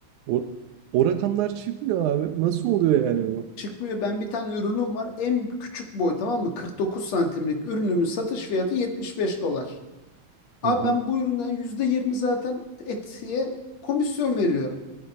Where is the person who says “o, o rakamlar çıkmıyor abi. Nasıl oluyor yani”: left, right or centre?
Right